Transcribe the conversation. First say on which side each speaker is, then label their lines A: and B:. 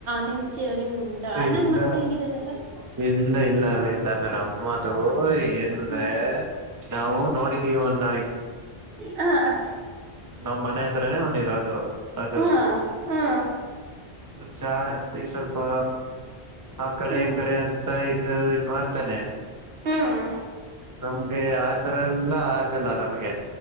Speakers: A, on the right; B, on the right.
A: ನಿಮ್ ಚ ನಿಮ ಅಣ್ಣನ
B: ಇಲ್ಲ
A: ಮಗ ಹೆಂಗಿದ್ದಾನೆ ಸರ್
B: ಇಲ್ಲ ಇಲ್ಲ ಇಲ್ಲ ಮೇಡ್ ಅದು ಏನಂದ್ರೆ
A: ಹ ಹಾ
B: ನಾವು ನೋಡಿದ್ದೀವಿ ಅನ್ನ <inaudible> ಅವ್ನ
A: ಹಾ <inaudible>
B: ನಮ್ಮ್ ಮನೆ ಹತ್ರರನೇ ಹ ನೀಿರ ಅದು ಅದು
A: ಹಾ ಹಾ
B: ಚಾ ಸ ಸ ಆ ಕಡೆ
A: ಹ್ಮ್
B: ಈ ಕಡೆ ಅಂತ ಇದ ತಾನೆ
A: ಹ್ಮ್
B: ನಮ್ಗೆ ಆತರ ಎಲ್ಲಾ ಆಚಲ್ಲ ನಮ್ಗೆ